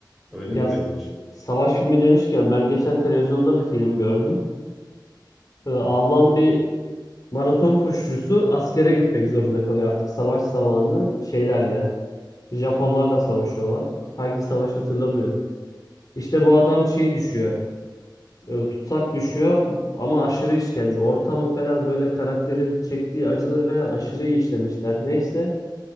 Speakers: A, in the centre; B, on the left (about 50°).
A: öyle
B: Biraz
A: de benim için.
B: savaş filmi demişken ben geçen televizyonda bir film gördüm. Ee, Alman bir maraton koşucusu askere gitmek zorunda kalıyor artık savaş zamanı şeylerle. Japonlarla savaşıyorlar. Hangi savaş hatırlamıyorum. İşte bu adam şey düşüyor. e, tutsak düşüyor ama aşırı işkence. Ortamı falan böyle karakterin çektiği acıları falan aşırı iyi işlemişler. Neyse